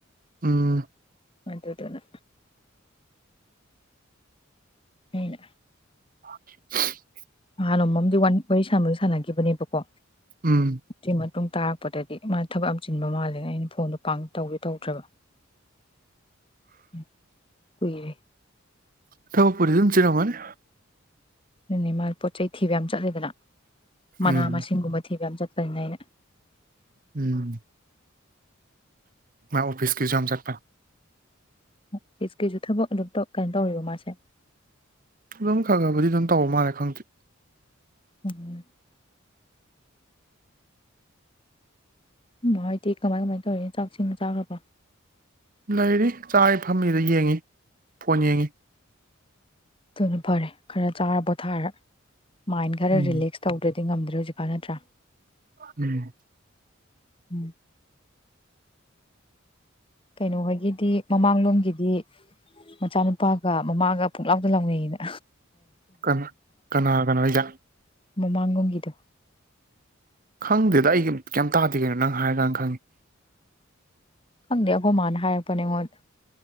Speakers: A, on the right; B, on the left.
A: ꯎꯝ
B: ꯑꯗꯨꯗꯨꯅ ꯑꯩꯅ
A: <unintelligible>
B: ꯅꯍꯥꯟ ꯅꯣꯡꯃꯝꯗꯤ ꯋꯥꯔꯤ ꯁꯥꯟꯕꯨꯗꯤ ꯁꯥꯟꯅꯈꯤꯕꯅꯦꯕꯀꯣ
A: ꯎꯝ
B: ꯑꯗꯨꯏ ꯃꯇꯨꯡ ꯇꯥꯔꯛꯄꯗꯗꯤ ꯃꯥꯅ ꯊꯕꯛ ꯑꯃ ꯆꯤꯟꯕ ꯃꯥꯜꯂꯦꯅ ꯑꯩꯅ ꯐꯣꯟꯗꯣ ꯄ ꯇꯧꯒꯦ ꯇꯧꯗ꯭ꯔꯕ ꯎꯝ ꯀꯨꯏꯔꯦ
A: ꯊꯕꯛ ꯄꯨꯗꯤ ꯗꯨꯝ ꯆꯤꯜꯂꯞꯒꯅꯤ
B: ꯅꯅꯦ ꯄꯣꯠ ꯆꯩ ꯊꯤꯕ ꯌꯥꯝ ꯆꯠꯂꯤꯗꯅ ꯃꯅꯥ
A: ꯎꯝ
B: ꯃꯁꯤꯡꯒꯨꯝꯕ ꯊꯤꯕ ꯆꯠ <unintelligible>
A: ꯎꯝ ꯃ ꯑꯣꯐꯤꯁ ꯀꯤꯁ ꯌꯥꯝ ꯆꯠꯄ
B: ꯑꯣꯐꯤꯁꯀꯤꯁꯨ ꯊꯕꯛ ꯑꯗꯨꯝ ꯀꯩꯅꯣ ꯇꯧꯔꯤꯕ ꯃꯥꯁꯦ
A: ꯑꯗꯨꯝ ꯈ ꯈꯕꯨꯗꯤ ꯑꯗꯨꯝ ꯇꯧ ꯃꯥꯜꯂꯦ ꯈꯪꯗꯦ
B: ꯎꯝ ꯍꯥꯏꯗꯤ ꯀꯃꯥꯏ ꯀꯃꯥꯏꯅ ꯇꯧꯔꯤ ꯆꯥꯛꯁꯤꯡꯗꯤ ꯆꯥꯈ꯭ꯔꯕ
A: ꯂꯩꯔꯤ ꯆꯥꯔꯤ ꯐꯝꯃꯤꯗ ꯌꯦꯡꯉꯤ ꯐꯣꯟ ꯌꯦꯡꯉꯤ
B: <unintelligible> ꯐꯔꯦ ꯈꯔ ꯆꯥꯔ ꯄꯣꯊꯥꯔ ꯃꯥꯏꯟ ꯈꯔ
A: ꯎꯝ
B: ꯔꯤꯂꯦꯛꯁ ꯇꯧꯗ꯭ꯔ ꯗꯤ ꯉꯝꯗ꯭ꯔꯦ ꯍꯧꯖꯤꯛꯀꯥꯟ ꯅꯠꯇ꯭ꯔꯥ
A: ꯎꯝ
B: ꯎꯝ ꯀꯩꯅꯣ ꯍꯣꯏꯒꯤꯗꯤ ꯃꯃꯥꯡꯂꯣꯝꯒꯤꯗꯤ ꯃꯆꯥꯅꯨꯄꯥꯒ ꯃꯃꯥꯒ ꯄꯣꯛꯂꯥꯎꯗ ꯂꯥꯎꯅꯩꯅ
A: ꯀꯅꯥ ꯀꯅꯥ ꯀꯅꯥ ꯒꯅꯣ ꯍꯥꯏꯁꯦ
B: ꯃꯃꯥꯡꯉꯣꯝꯒꯤꯗ
A: ꯈꯪꯗꯦꯗ ꯑꯩ ꯀꯩꯝ ꯇꯥꯗꯦ ꯀꯩꯅꯣ ꯅꯪ ꯍꯥꯏꯔꯀꯥꯟꯅ ꯈꯪꯉꯤ
B: ꯈꯪꯗꯦ ꯑꯈꯣ ꯃꯥꯅ ꯍꯥꯏꯔꯛꯄꯅꯦꯉꯣꯟꯗ